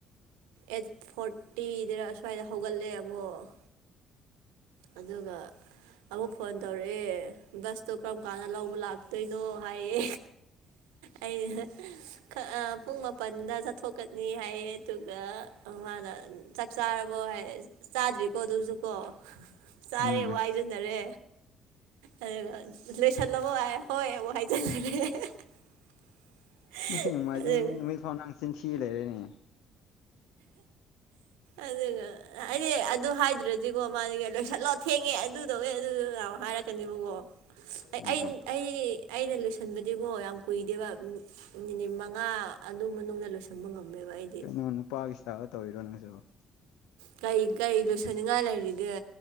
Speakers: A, on the right (about 85°); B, on the left (about 80°).
A: ꯑꯩꯠ ꯐꯣꯔꯇꯤꯗꯔ ꯑꯁ꯭ꯋꯥꯏꯗ ꯍꯧꯒꯠꯂꯦ ꯑꯃꯨꯛ ꯑꯗꯨꯒ ꯑꯃꯨꯛ ꯐꯣꯟ ꯇꯧꯔꯛꯑꯦ ꯕꯁꯇꯣ ꯀꯔꯝ ꯀꯥꯟꯗ ꯂꯧꯕ ꯂꯥꯛꯇꯣꯏꯅꯣ ꯍꯥꯏꯌꯦ ꯑꯩ ꯈ ꯑ ꯄꯨꯡ ꯃꯥꯄꯟꯗ ꯆꯠꯊꯣꯛꯀꯅꯤ ꯍꯥꯏꯌꯦ ꯑꯗꯨꯒ ꯃꯥꯅ ꯆꯥꯛ ꯆꯥꯔꯕꯣ ꯍꯥꯏꯌꯦ ꯆꯥꯗ꯭ꯔꯤꯀꯣ ꯑꯗꯨꯁꯨꯀꯣ ꯆꯥꯔꯦꯕ
B: ꯎꯝ
A: ꯍꯥꯏꯖꯤꯟꯅꯔꯦ ꯑꯗꯨꯒ ꯂꯣꯏꯁꯤꯜꯂꯕꯣ ꯍꯥꯏꯌꯦ ꯍꯣꯏ ꯑꯃꯨꯛ ꯍꯥꯏꯖꯤꯜꯂꯦ <inaudible>
B: ꯉꯁꯤ ꯅꫭꯡꯃꯥꯏꯖꯤꯡ
A: ꯑꯗꯨꯒ
B: ꯅꯨꯃꯤꯠ ꯐꯥꯎ ꯅꯪ ꯆꯤꯟ ꯊꯤ ꯂꯩꯔꯦꯅꯦ
A: ꯑꯗꯨꯒ ꯍꯥꯏꯗꯤ ꯑꯗꯨ ꯍꯥꯏꯗ꯭ꯔꯗꯤꯀꯣ ꯃꯥꯗꯤ ꯂꯣꯏꯁꯤꯜꯂꯣ ꯊꯦꯡꯉꯦ ꯑꯗꯨ ꯇꯧꯋꯦ ꯑꯗꯨ ꯗꯨ ꯗꯨ ꯌꯥꯝ ꯍꯥꯏꯔꯛꯀꯅꯦꯕꯀꯣ
B: ꯎꯝ
A: ꯑꯩ
B: ꯎꯝ
A: ꯑꯩ ꯑꯩꯅ ꯂꯣꯏꯁꯟꯕꯗꯤꯀꯣ ꯌꯥꯝ ꯀꯨꯏꯗꯦꯕ ꯃꯤꯅꯤꯠ ꯃꯪꯉꯥ ꯑꯗꯨ ꯃꯅꯨꯡꯗ ꯂꯣꯏꯁꯟꯕ ꯉꯝꯃꯦꯕ ꯑꯩꯗꯤ
B: ꯑꯃ ꯅꯨꯄꯥꯒꯤ ꯏꯁꯇꯥ꯭ꯏꯜꯗ ꯇꯧꯔꯤꯔꫭ ꯅꯪꯁꯨ
A: ꯀꯩ ꯀꯩ ꯂꯣꯏꯁꯟꯅꯤꯡꯉꯥꯏ ꯂꯩꯔꯤꯒꯦ